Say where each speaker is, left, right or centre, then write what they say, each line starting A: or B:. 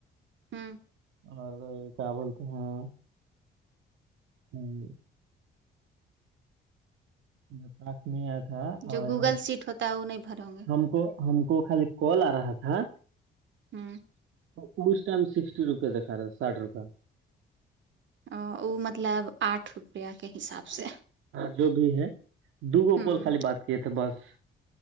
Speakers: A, on the right; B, on the right.
A: ہوں
B: اور کیا بولتے ہیں ہاں میں پاس میں آیا تھا
A: جو
B: اور
A: گوگل سیٹ ہوتا ہے وہ نہیں بھر ہوں گے
B: ہم کو ہم کو خالی کال آ رہا تھا
A: ہوں
B: تو اس ٹائم سکسٹی روپئے دکھا رہا ساٹھ روپئے
A: ا ؤ مطلب آٹھ روپیہ کے حساب سے
B: ہاں جو بھی ہے دوبار
A: ہوں
B: کال خالی بات کیے تھے بس